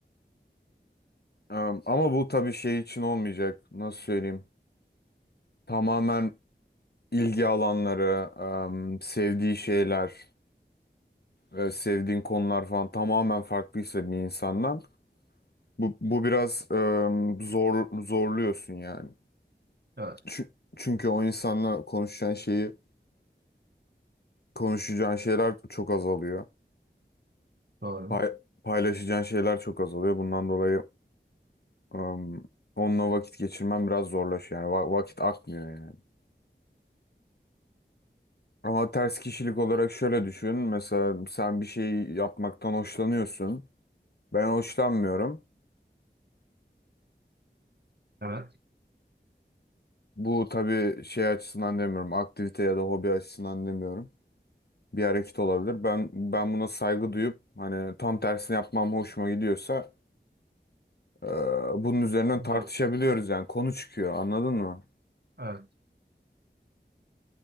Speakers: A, on the left; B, on the right.
A: em, ama bu tabii şey için olmayacak. Nasıl söyleyeyim? Tamamen ilgi alanları, em, sevdiği şeyler, e, sevdiğin konular falan tamamen farklıysa bir insandan. Bu, bu biraz em, zor zorluyorsun yani.
B: Evet.
A: Çü- Çünkü o insanla konuşacağın şeyi, konuşacağın şeyler çok azalıyor.
B: Doğru.
A: Pay- paylaşacağın şeyler çok azalıyor. Bundan dolayı em, onunla vakit geçirmen biraz zorlaşıyor. Yani va- vakit akmıyor yani. Ama ters kişilik olarak şöyle düşün. Mesela sen bir şey yapmaktan hoşlanıyorsun. Ben hoşlanmıyorum.
B: Evet.
A: Bu tabii şey açısından demiyorum. Aktivite ya da hobi açısından demiyorum. bir hareket olabilir. Ben ben buna saygı duyup hani tam tersini yapmam hoşuma gidiyorsa e, bunun üzerinden
B: Evet.
A: tartışabiliyoruz yani konu çıkıyor anladın mı?
B: Evet.